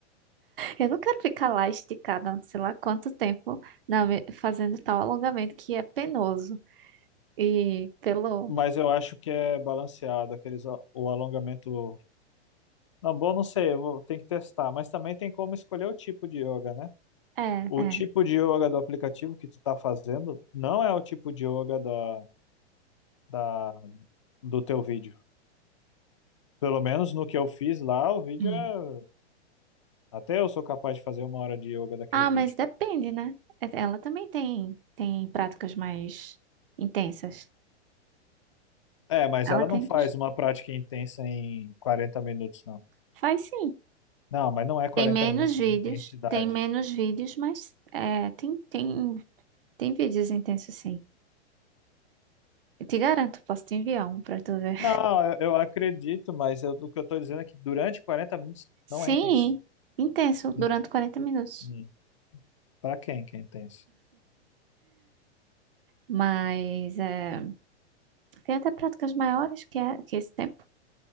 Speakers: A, on the right (about 50°); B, on the left (about 30°).
A: Eu não quero ficar lá esticada, sei lá quanto tempo, na me- fazendo tal alongamento que é penoso. E pelo.
B: Mas eu acho que é balanceado, aqueles, a- o alongamento. Não, bom, não sei, eu vou, tem que testar. Mas também tem como escolher o tipo de yoga, né?
A: É,
B: O
A: é.
B: tipo de yoga do aplicativo que tu tá fazendo não é o tipo de yoga da, da, do teu vídeo. Pelo menos no que eu fiz lá, o vídeo
A: hum.
B: é. Até eu sou capaz de fazer uma hora de yoga daquele
A: Ah,
B: vídeo.
A: mas depende, né? É- Ela também tem, tem práticas mais intensas.
B: É, mas
A: Ela
B: ela
A: tem.
B: não faz
A: dos-
B: uma prática intensa em 40 minutos, não.
A: Faz sim.
B: Não, mas não é 40
A: Tem menos
B: minutos
A: vídeos,
B: de intensidade.
A: tem menos vídeos, mas é, tem, tem, tem vídeos intensos, sim. Eu te garanto, posso te enviar um pra tu ver.
B: Não, eu, eu acredito, mas eu- o que eu tô dizendo é que durante 40 minutos
A: <laughs> Sim,
B: não é intenso.
A: intenso,
B: Hum,
A: durante 40 minutos.
B: hum. Pra quem que é intenso?
A: Mas é. Tem até práticas maiores que, é, que é esse tempo.